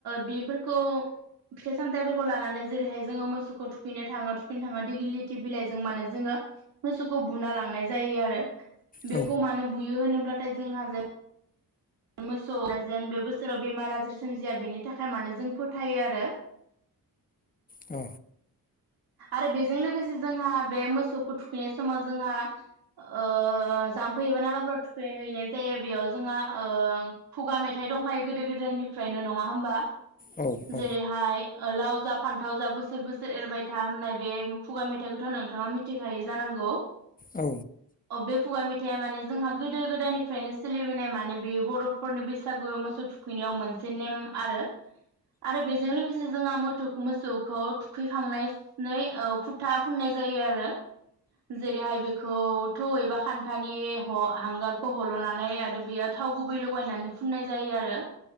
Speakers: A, on the right; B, on the left.
A: बेफोरखौ फिथाइ सामथायाइफोरखौ लानानै जेरैहाय जोङो मोसौखौ थुखैनो थाङो थुखैनो थांना दिगिलिथि बिलाइजों माने जोङो मोसौखौ बुना लांनाय जायो आरो।
B: औ
A: बेखौ मानो बुयो होनोब्लाथाय जोंहा जे मोसौ जेन बे बोसोराव बेमार आजार सोमजिया बेनि थाखाय माने जों फोथायो आरो
B: औ।
A: आरो बेजों लोगोसे जोंहा बे मोसौखौ थुखैनाय समाव जोंहा ओ जाम्फै एबा नालाफोराव थुखैहैनाय जायो बेयाव जोंहा ओ खुगा मेथाइ दंखायो गोदो-गोदायनिफ्रायनो नङा होमबा?
B: अ औ
A: जेरैहाय लाव जाब फान्थाव जा बोसोर बोसोर एरबाय था होननाय बे खुगा मेथाइखौथ' नोंथाङा मिथिखायो जानांगौ।
B: औ मिथियो औ
A: बे खुगा मेथाइया माने जोंहा गोदो-गोदायनिफ्रायनो सोलिबोनाय माने बेयो बर'फोरनि बैसागो मोसौ थुखैनायाव मोनसे नेम आरो आरो बेजों लोगोसे जोंहा मोसौ मोसौखौ थुखैखांनायनि फुथा फुननाय जायो आरो जेरैहाय बेखौ थौ एबा खान्थानि हांगारखौ हल'नानै आरो बेयाव थाव गुबै लगायनानै फुननाय जायो आरो